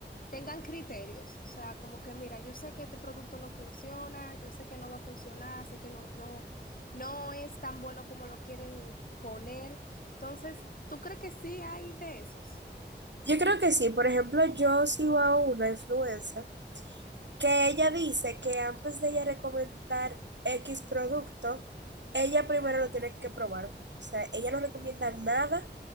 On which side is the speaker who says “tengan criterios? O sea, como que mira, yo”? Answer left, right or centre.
Left